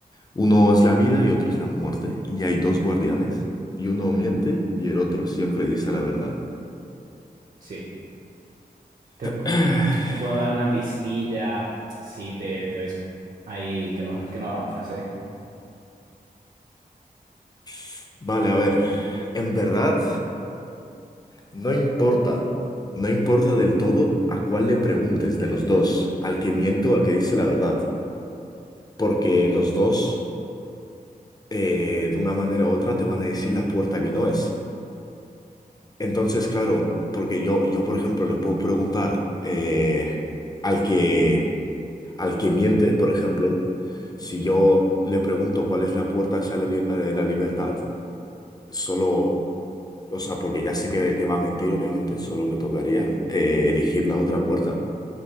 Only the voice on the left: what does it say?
Uno es la vida y otro es la muerte, y hay dos guardianes, y uno
miente y el otro siempre dice la verdad.
<clears throat>
<sighs> Vale, a ver, en verdad, no importa, no importa del todo a cuál le preguntes de los dos, al que miente o al que dice la verdad. porque los dos, eh, de una manera u otra, te van a decir la puerta que no es. Entonces, claro, porque yo, yo por ejemplo, le puedo preguntar eh, al que, al que miente, por ejemplo, si yo le pregunto cuál es la puerta hacia la, li- eh, la libertad, solo, o sea, porque ya sé que, que va a mentir, obviamente, solo me tocaría eh, elegir la otra puerta.